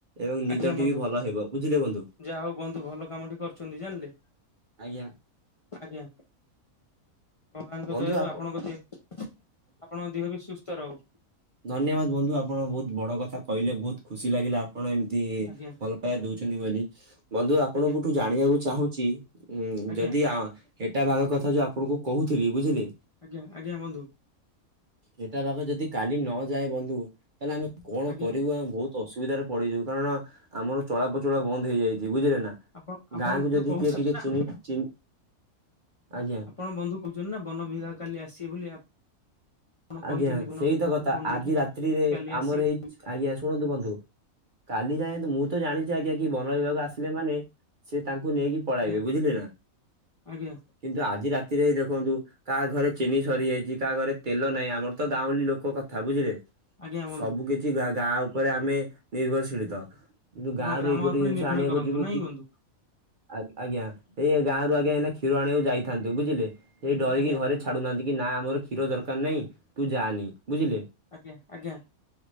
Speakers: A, on the right (about 50°); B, on the left (about 40°).
A: ଏବଂ ନିଦଟି
B: ଆଜ୍ଞା ବନ୍ଧୁ
A: ବି ଭଲ ହେବ ବୁଝିଲେ ବନ୍ଧୁ।
B: ଯାହା ହଉ ବନ୍ଧୁ ଭଲ କାମଟି କରୁଛନ୍ତି ଜାଣିଲେ
A: ଆଜ୍ଞା।
B: ଆଜ୍ଞା। ଭଗବାନ୍‌ଙ୍କ
A: ବନ୍ଧୁ
B: ଦୟାରୁ
A: ଆପ
B: ଆପଣଙ୍କ ଦେହ ଆପଣଙ୍କ ଦେହ ବି ସୁସ୍ଥ ରହୁ।
A: ଧନ୍ୟବାଦ୍‌ ବନ୍ଧୁ ଆପଣ ବହୁତ ବଡ଼ କଥା କହିଲେ ବହୁତ ଖୁସି ଲାଗିଲା କଣ ଏମିତି
B: ଆଜ୍ଞା
A: ଭଲ ପାଇବା ଦୋଉଛନ୍ତି ବୋଲି। ବନ୍ଧୁ ଆପଣଙ୍କଠୁ
B: ଆଜ୍ଞା
A: ଜାଣିବାକୁ ଚାହୁଁଛି ଉଁ
B: ଆଜ୍ଞା
A: ଯଦି ଆ ହେଟା ବାଘ କଥା ଯୋଉ ଆପଣଙ୍କୁ କହୁଥିଲି ବୁଝିଲେ।
B: ଆଜ୍ଞା, ଆଜ୍ଞା ବନ୍ଧୁ।
A: ହେଟା ବାଘ ଯଦି କାଲି ନ ଯାଏ ବନ୍ଧୁ ତାହେଲେ ଆମେ କଣ
B: ଆଜ୍ଞା
A: କରିବୁ ଆମେ ବହୁତ ଅସୁବିଧାରେ ପଡ଼ିଯିବୁ କାରଣ ଆମର ଚଳାପଚଳ ବନ୍ଦ ହେଇଯାଇଛି ବୁଝିଲେ ନା।
B: ଆପଣ ଆପଣ
A: ଗାଁ କୁ
B: ଯୋଉ
A: ଯଦି
B: କହୁଛନ୍ତି
A: କିଏ ଟିକେ
B: ନା
A: ଚିହ୍ନି ଚିହ୍ନି ଆଜ୍ଞା।
B: ପଣ ବନ୍ଧୁ କହୁଛନ୍ତି ନା ବନ ବିଭାଗ କାଲି ଆସିବେ ବୋଲି ଆପଣ କହିଛନ୍ତି
A: ଆଜ୍ଞା
B: ବନ
A: ସେଇତ
B: ବିଭାଗକୁ
A: କଥା
B: ଫୋନ କରିକି
A: ଆଜି ରାତ୍ରୀ ରେ
B: କାଲି ଆସିବେ
A: ଆମର ହେଇଚି ଆଜ୍ଞା ଶୁଣନ୍ତୁ ବନ୍ଧୁ। କାଲି ଯାଏଁ ମୁଁ ତ ଜଣିଛି ଆଜ୍ଞା କି ବନବିଭାଗ ଆସି ଥିଲେ ମାନେ ସେ ତାଙ୍କୁ ନେଇକି ପଳେଇବେ
B: ଆଜ୍ଞା
A: ବୁଝିଲେ ନା।
B: ଆଜ୍ଞା
A: କିନ୍ତୁ ଆଜି ରାତିରେ ଦେଖନ୍ତୁ କାହା ଘରେ ଚିନି ସରିଯାଇଛି କାହା ଘରେ ତେଲ ନାହିଁ ଆମର ତ ଗାଉଁଳି ଲୋକ କଥା ବୁଝିଲେ
B: ଆଜ୍ଞା ବନ୍ଧୁ
A: ସବୁ କିଛି କିବା ଗାଁ ଉପରେ ଆମେ ନିର୍ଭରଶୀଳିତ। କିନ୍ତୁ
B: ଆପଣ
A: ଗାଁ
B: ଗ୍ରାମ
A: ରୁ ଏଇ ଗୋଟେ
B: ଉପରେ
A: ଜିନିଷ
B: ନିର୍ଭର
A: ଆଣିବାକୁ
B: କରନ୍ତୁ
A: ଯିବୁ
B: ନାଇଁ
A: କି
B: ବନ୍ଧୁ
A: ଆଜ୍ଞା ଆଜ୍ଞା ଏଇ ଗାଁରୁ ଆଜ୍ଞା ଏନା ଖେ କ୍ଷୀର ଆଣିବାକୁ ଯାଇଥାନ୍ତୁ ବୁଝିଲେ କିଏ
B: ଆଜ୍ଞା
A: ଡ଼ରିି
B: ଆଜ୍ଞା
A: କି ଘରେ ଛାଡୁହାନ୍ତି କି ନା ଆମର କ୍ଷୀରଦାର କାର ନାହିଁ ତୁ ବୁଝିଲେ।
B: ଆଜ୍ଞା, ଆଜ୍ଞା।